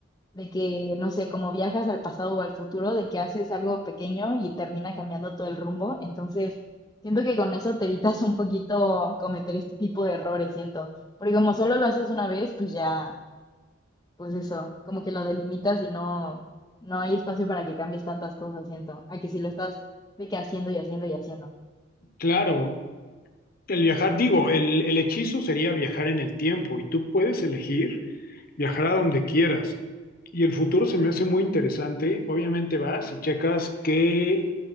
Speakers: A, on the left (about 20°); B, on the left (about 45°).
A: de que, no sé, como viajas al pasado o al futuro, de que haces algo pequeño y termina cambiando todo el rumbo. Entonces, siento que con eso te evitas un poquito cometer este tipo de errores, siento. Porque como solo lo haces una vez, pues ya, pues eso, como que lo delimitas y no, no hay espacio para que cambies tantas cosas, siento, a que si lo estás de que haciendo y haciendo y haciendo.
B: Claro, El viajar, digo, el, el hechizo sería viajar en el tiempo y tú puedes elegir viajar a donde quieras. Y el futuro se me hace muy interesante. Obviamente vas y checas qué